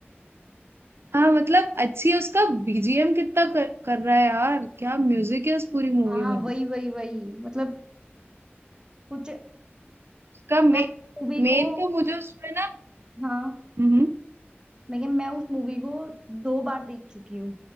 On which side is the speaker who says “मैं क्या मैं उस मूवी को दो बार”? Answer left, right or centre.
Right